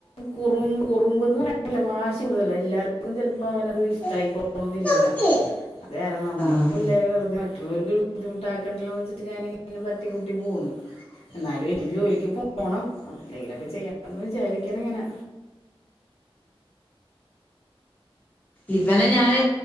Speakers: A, on the left; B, on the left.
A: കൂറ് കുറുമ്പ്ന്ന് പറയ ല്ല വാശി കൂടുതല എല്ലാർക്കും ചെലപ്പോ അവനത് ഇഷ്ടായിക്കൊള്ളണംന്ന്ല്ല
B: ഉം നോക്ക്
A: അതേര നമ്മടെ
B: ആഹ്
A: പിള്ളേരെ വെറുതെ മുള്ളവർക്ക് ഒരു ബുദ്ധിമുട്ടാക്കണ്ടല്ലോ വെച്ചിട്ട് ഞാനിങ്ങനെ തട്ടിമുട്ടി പോണ് എന്നാലും എൻ്റെജോലിക്ക് പോണം എന്തയ്ലൊക്കെ ചെയ്യണംന്ന് വിചാരിക്കണ് ങ്ങനെ
B: ഇവന ഞാന്